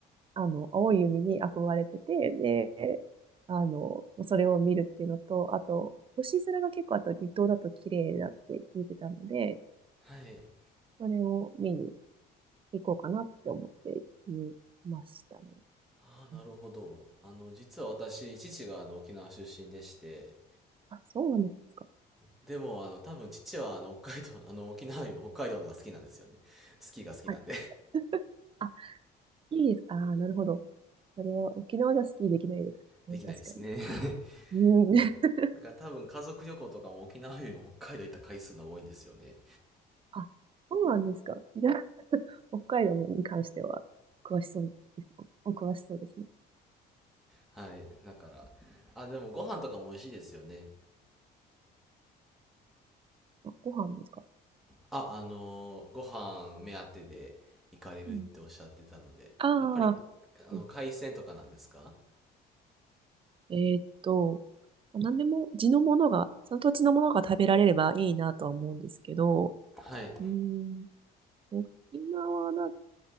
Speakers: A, on the right (about 30°); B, in the centre.
A: あの、青い海に憧れてて、で、あの、それを見るっていうのと、あと、星空が結構、あと離島だと綺麗だって聞いてたので、
B: はい。
A: それを見に行こうかなって思っていましたね。
B: ああ、なるほど。
A: うん
B: あの、実は私、父があの沖縄出身でして、
A: あ、そうなんですか。
B: でも、あの、多分父はあの北海道、<laughs> あの沖縄よりも北海道の方が好きなんですよね。スキーが好きなんで
A: はい。<laughs> あ、いいです。ああ、なるほど。それは沖縄じゃスキーできないですからね。
B: <laughs> できないですね。
A: 確かに。
B: <laughs>
A: うん。
B: だから、
A: <laughs>
B: だから多分家族旅行とかも沖縄よりも北海道行った回数の方が多いんですよね。
A: あ、そうなんですか。じゃあ、北海道のに関しては、詳しそうですね。お詳しそうですね。
B: はい。だから、あ、でもご飯とかも美味しいですよね。
A: あ、ご飯ですか。
B: あ、あのーご飯目当てで行かれるっておっしゃってたので、
A: うん。あ
B: やっぱり、
A: あ、
B: あの、
A: うん
B: 海鮮とかなんですか
A: えーっと、何でも地のものが、その土地のものが食べられればいいなとは思うんですけど、
B: はい。
A: うん、沖縄だ